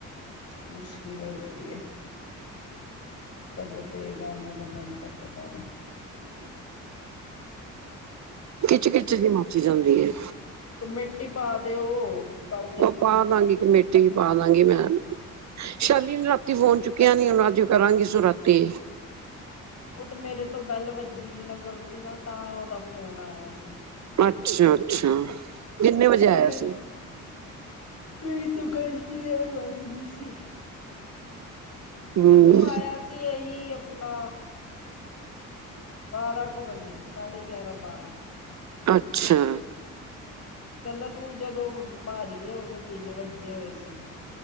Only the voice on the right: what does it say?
ਖਿੱਚ ਖਿੱਚ ਜਿਹੀ ਮਾਚੀ ਜਾਂਦੀ ਹੈ।
ਉਹ ਪਾਦਾਂਗੀ ਕਮੇਟੀ ਵੀ ਪਾਦਾਗੀ ਮੈਂ, ਸ਼ੈਲੀ ਨੇ ਰਾਤੀ ਫੋਨ ਚੁੱਕਿਆ ਨੀ ਹੁਣ ਅੱਜ ਕਰਾਂਗੀ ਰਾਤੀ।
ਅੱਛਾ-ਅੱਛਾ, ਕਿੰਨੇ
ਵਜੇ
ਆਇਆ
ਸੀ।
ਹੂੰ,
ਅੱਛਾ।